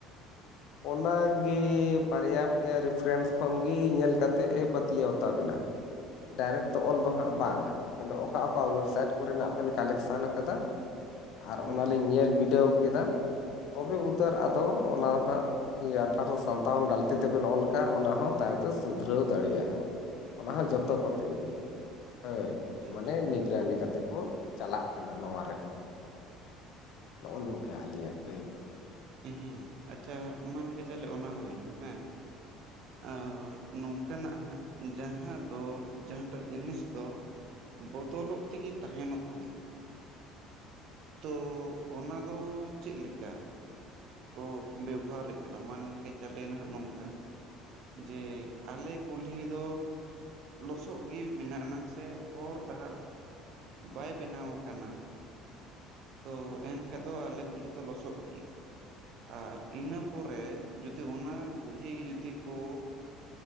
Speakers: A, on the right; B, on the left.
A: ᱦ
B: ᱚᱱᱟᱜᱮ ᱵᱟᱨᱭᱟ ᱯᱮᱭᱟ ᱨᱤᱯᱷᱟᱨᱮᱱᱥ ᱠᱷᱚᱱ ᱜᱮ ᱧᱮᱞ ᱠᱟᱛᱮᱜ ᱮ ᱯᱟᱹᱛᱭᱟᱹᱣᱛᱟᱵᱮᱱᱟ ᱰᱟᱭᱨᱮᱠᱴ ᱫᱚ ᱚᱞ ᱫᱚ ᱦᱟᱸᱜ ᱵᱟᱝᱟ ᱢᱮᱱᱫᱚ ᱚᱠᱟ ᱚᱠᱟ ᱣᱮᱵᱥᱟᱭᱤᱴ ᱠᱚᱨᱮᱱᱟᱜ ᱵᱮᱱ ᱠᱟᱞᱮᱠᱥᱚᱱ ᱟᱠᱟᱫᱟ ᱟᱨ
A: ᱦᱩᱸ
B: ᱚᱱᱟᱞᱤᱧ ᱧᱮᱞ ᱵᱤᱰᱟᱹᱣ ᱠᱮᱫᱟ ᱛᱚᱵᱮ ᱩᱛᱟᱹᱨ
A: ᱦᱩᱸ
B: ᱟᱫᱚ ᱚᱱᱟ ᱦᱟᱸᱜ ᱠᱤ ᱟᱴᱷᱟᱨᱚ ᱥᱟᱱᱛᱟᱣᱚᱱ ᱜᱟᱹᱞᱛᱤ ᱛᱮᱵᱮᱱ ᱚᱞ ᱠᱟᱜ ᱚᱱᱟ ᱦᱚᱸ ᱛᱟᱭᱚᱢ ᱛᱮ ᱥᱩᱫᱷᱨᱟᱹᱣ ᱫᱟᱲᱮ ᱭᱟᱜᱼᱟ ᱾ ᱚᱱᱟ ᱦᱚᱸ ᱡᱚᱛᱚ
A: ᱦᱩᱸ
B: ᱠᱚᱛᱮ ᱜᱮ ᱦᱳᱭ
A: ᱟᱪᱪᱷᱟ
B: ᱢᱟᱱᱮ
A: ᱟᱪᱪᱷᱟ
B: ᱱᱜᱽᱨᱟᱱᱤ ᱠᱟᱛᱮᱜ ᱠᱚ ᱪᱟᱞᱟᱜ ᱠᱟᱱᱟ ᱱᱚᱣᱟ ᱨᱮᱦᱚᱸ ᱱᱚᱜᱼᱚ ᱱᱚᱝᱠᱟ ᱟᱹᱞᱤᱧᱟᱜ ᱞᱟᱹᱭ ᱫᱚ ᱾
A: ᱤᱦᱮᱸ ᱟᱪᱪᱷᱟ ᱢᱟᱱᱠᱮ ᱪᱟᱞᱳ ᱚᱱᱟ ᱦᱩᱭ ᱮᱱᱟ ᱦᱮᱸ ᱾ ᱟᱸᱨ ᱱᱚᱝᱠᱟ ᱱᱟᱜ ᱦᱟᱸᱜ ᱡᱟᱦᱟᱸ ᱫᱚ ᱡᱟᱦᱟᱸᱴᱟᱜ ᱡᱤᱱᱤᱥ ᱫᱚ ᱵᱚᱫᱚᱞᱚᱜ ᱛᱮᱜᱤ ᱛᱟᱦᱮᱸᱱᱚᱜ ᱠᱟᱱᱟ ᱾ ᱛᱚ ᱚᱱᱟ ᱫᱚ ᱪᱮᱫ ᱞᱮᱠᱟ? ᱠᱚ ᱵᱮᱵᱚᱦᱟᱨᱮᱫ ᱠᱟᱱᱟ ᱢᱟᱱᱠᱮ ᱪᱟᱞᱮᱭᱮᱱᱟ ᱱᱟᱦᱟᱜ ᱱᱚᱝᱠᱟ ᱡᱮ ᱟᱞᱮ ᱠᱩᱞᱦᱤ ᱫᱚ ᱞᱚᱥᱚᱜ ᱜᱮ ᱢᱮᱱᱟᱜ ᱟᱱᱟᱝ ᱥᱮ ᱦᱚᱨ ᱰᱟᱦᱟᱨ ᱵᱟᱭ ᱵᱮᱱᱟᱣ ᱟᱠᱟᱱᱟ ᱛᱚ ᱮᱱᱠᱷᱟᱡ ᱫᱚ ᱟᱞᱮ ᱠᱩᱞᱦᱤ ᱫᱚ ᱞᱚᱥᱚᱫ ᱜᱮᱭᱟ ᱟᱨ ᱤᱱᱟᱹ ᱯᱚᱨᱮ ᱡᱩᱫᱤ ᱚᱱᱟ ᱠᱩᱞᱦᱤ ᱡᱩᱫᱤ ᱠᱚ